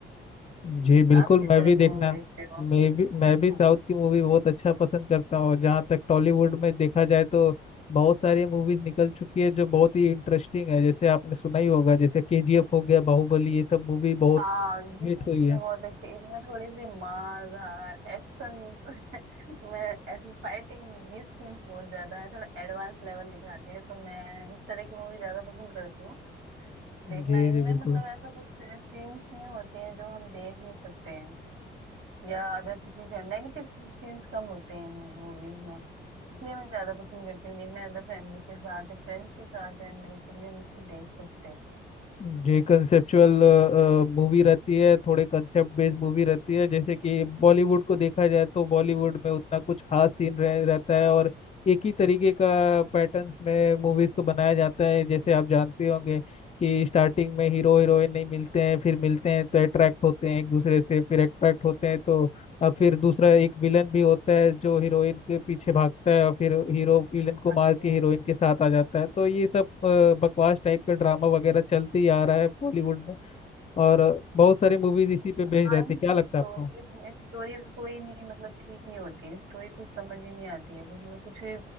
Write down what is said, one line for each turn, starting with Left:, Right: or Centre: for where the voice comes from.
Left: जी बिल्कुल
Right: आप किस
Left: मैं
Right: तरह
Left: भी
Right: की
Left: देखना
Right: मूवी देखते हो
Left: मैं भी
Right: हम्म।
Left: मैं भी साउथ की मूवी बहुत अच्छा पसंद करता हूँ जहाँ तक टॉलीवुड में देखा जाए तो बहुत सारी मूवीज निकल चुकी है जो बहुत ही इंटरेस्टिंग है जैसे आपने सुना ही होगा जैसे केजीएफ हो गया बाहुबली ये सब मूवी बहुत
Right: हाँ ये
Left: हिट
Right: सब movie
Left: हुई है
Right: बहुत अच्छी इनमें थोड़ी सी मार धार एक्शन <laughs> मैं ऐसी फाइटिंग ये सीन्स बहुत ज्यादा है थोड़ा एडवांस लेवल दिखाते हैं तो मैं इस तरह की मूवी ज्यादा पसंद करती हूँ देखना
Left: जी
Right: इनमें
Left: जी बिल्कुल
Right: मतलब ऐसा कुछ सीन्स नहीं होते हैं जो हम देख नहीं सकते हैं या अदर किसी फैमिली नेगेटिव सीन्स कम होते हैं इन मूवीज में इसलिए मैं ज्यादा पसंद करती हूँ देखना अदर फैमिली के साथ है फ्रेंड्स के साथ है नेचुरली हम उसको देख सकते हैं
Left: जी कंसेप्चुअल मूवी रहती है थोड़े कंसेप्ट बेस्ड मूवी रहती है जैसे कि बॉलीवुड को देखा जाए तो बॉलीवुड में उतना कुछ खास सीन रह, रहता है और एक ही तरीके का पैटर्न्स में मूवीज को बनाया जाता है जैसे आप जानते होंगे कि स्टार्टिंग में हीरो हीरोइन नहीं मिलते हैं फिर मिलते हैं तो अट्रैक्ट होते हैं एक दूसरे से फिर अट्रैक्ट होते हैं तो और फिर दूसरा एक विलन भी होता है जो हीरोइन के पीछे भागता है और फिर हीरो विलन को
Right: हाँ
Left: मार
Right: जी
Left: के
Right: हाँ
Left: हीरोइन
Right: जी
Left: के साथ आ जाता है तो ये सब अ, बकवास टाइप का ड्रामा वगैरह चलते ही आ रहा है बॉलीवुड में और बहुत सारी मूवीज इसी पे
Right: हाँ
Left: बेस्ड रहते
Right: इनकी
Left: हैं क्या लगता
Right: स्टोरीज
Left: है आपको
Right: में स्टोरी कोई नहीं मतलब ठीक नहीं होती स्टोरी कुछ समझ ही नहीं आती है कुछ लोग कुछ भी